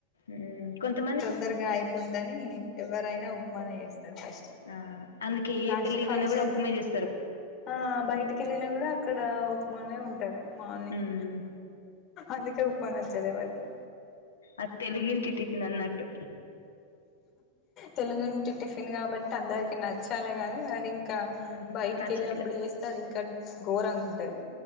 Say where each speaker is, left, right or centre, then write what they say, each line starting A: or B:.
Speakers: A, on the left; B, on the left.
A: ఉ కొంతమంది
B: తొందరగా అయిపోద్దని ఎవరైనా ఉప్మానే చేస్తారు ఫస్ట్
A: ఆ అందుకే ఏ
B: లాస్ట్
A: పెళ్లికి పొయ్యిన
B: ఫంక్షన్స్
A: కూడా ఉప్మానే చేస్తారు,
B: ఆ బయటికి వెళ్ళిన కూడా అక్కడ ఉప్మానే ఉంటది, మార్నింగ్
A: ఉమ్
B: అందుకే ఉప్మా నచ్చదు ఎవరికి
A: అది తెలుగు ఇంటి టిఫిన్ అన్నట్టు
B: తెలుగింటి టిఫిన్ కాబట్టి అందరికి నచ్చాలి గానీ అది ఇం ఇంకా
A: నా
B: బయటికి
A: నచ్చట్లే
B: వెళ్ళినప్పుడు చేస్తాతే అది ఇంకా ఘోరంగా ఉంటాది,